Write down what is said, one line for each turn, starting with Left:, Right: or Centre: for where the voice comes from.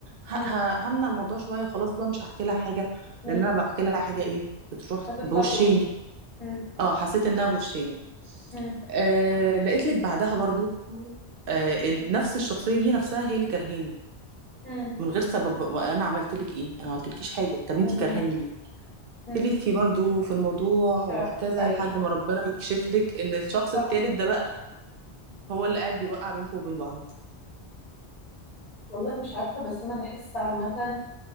Right: ه...
Left: امم
Right: ه... همنع الموضوع شويه وخلاص بقى مش هحكي لها حاجه
Left: امم
Right: لان انا بحكي لها حاجه ايه بتروح
Left: هتطلع
Right: بوشين
Left: تقول امم
Right: اه حسيت انها بوشين
Left: امم
Right: آه لقيت لك بعدها برضو آه ال- نفس الشخصية دي نفسها هي اللي كرهاني
Left: امم
Right: من غير سبب وانا عملت لك ايه انا ما عملتلكيش حاجة طب انتي
Left: فاهماكي
Right: كرهاني ليه
Left: امم
Right: تلفي برضو في الموضوع وهكذا
Left: تعرفي الحقيقه
Right: لحد ما ربنا يكشف لك ان الشخص
Left: صح
Right: التالت ده بقى هو اللي قاعد بيوقع بينكم وبين بعض
Left: والله مش عارفة بس أنا بحس عامة